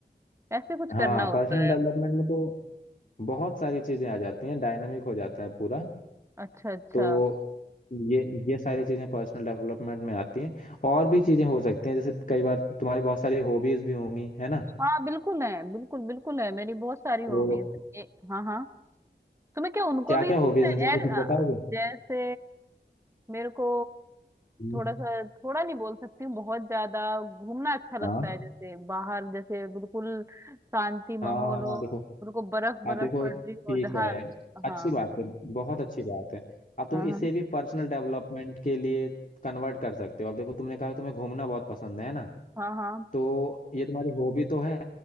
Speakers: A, on the right; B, on the left.
A: ऐसे कुछ
B: हाँ
A: करना होता
B: पर्सनल
A: है
B: डेवलपमेंट में तो बहुत सारी चीजें आ जाती हैं डायनामिक हो जाता है पूरा
A: अच्छा अच्छा
B: तो ये ये सारी चीजें पर्सनल डेवलपमेंट में आती हैं और भी चीजें हो सकती हैं जैसे कई बार तुम्हारी बहुत सारी हॉबीज भी होंगी है ना
A: हाँ बिल्कुल है बिल्कुल बिल्कुल है मेरी बहुत सारी हॉबीज
B: तो
A: है ये- हाँ हाँ तो मैं क्या उनको
B: क्या
A: भी
B: क्या
A: इसमें
B: हॉबीज
A: ऐड
B: हैं जैसे कुछ बताओगे
A: जैसे मेरे को
B: हम्म,
A: थोड़ा सा थोड़ा नहीं बोल सकती हूँ बहुत ज्यादा घूमना अच्छा लगता
B: हाँ
A: है जैसे बाहर जैसे बिल्कुल शांति माहौल
B: हाँ
A: हो
B: हाँ देखो
A: बिल्कुल बर्फ बर्फ
B: आप देखो
A: पड़
B: ठीक
A: रही हो जहाँ
B: है अच्छी
A: हाँ
B: बात है बहुत अच्छी बात है अब तुम
A: हाँ हाँ
B: इसे भी पर्सनल डेवलपमेंट के लिए कन्वर्ट कर सकते हो अब देखो तुमने कहा तुम्हें घूमना बहुत पसंद है ना
A: हाँ हाँ
B: तो ये तुम्हारी हॉबी तो है